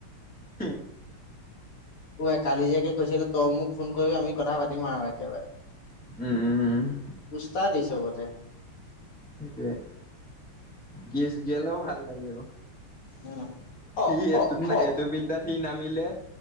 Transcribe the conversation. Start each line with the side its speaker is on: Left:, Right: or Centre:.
Centre: হু!
Left: অ'! আই কালি জীয়েকে কৈছেগে তই মোক ফোন কৰি আমি কথা পাতিম আৰু একেবাৰে।
Centre: উম! উম! উম!
Left: উচতাদ সি চবতে।
Centre: সেইটোৱে। কি' <unintelligible> ভাল লাগিব,
Left: উম অ
Centre: সি এইটো,
Left: অ অ
Centre: এইটো বিদ্যাত সি নামিলে